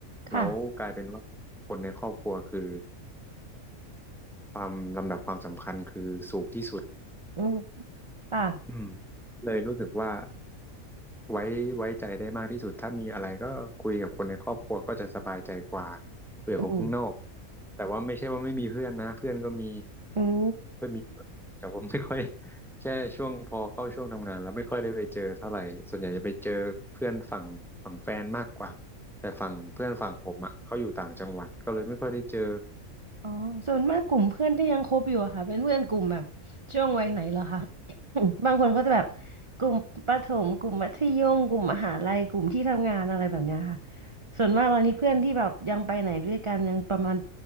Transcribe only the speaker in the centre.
แล้วกลายเป็นว่าคนในครอบครัวคือความลำดับความสำคัญคือสูงที่สุด
อืมเลยรู้สึกว่าไว้ไว้ใจได้มากที่สุดถ้ามีอะไรก็คุยกับคนในครอบครัวก็จะสบายใจกว่าคุยกับคนข้างนอก
แต่ว่าไม่ใช่ว่าไม่มีเพื่อนนะเพื่อนก็มี
เพื่อนมีเยอะแต่ผมไม่ค่อยแค่ช่วงพอเข้าช่วงทำงานแล้วไม่ค่อยได้ไปเจอเท่าไหร่ส่วนใหญ่จะไปเจอเพื่อนฝั่งฝั่งแฟนมากกว่าแต่ฝั่งเพื่อนฝั่งผมอ่ะเขาอยู่ต่างจังหวัดก็เลยไม่ค่อยได้เจอ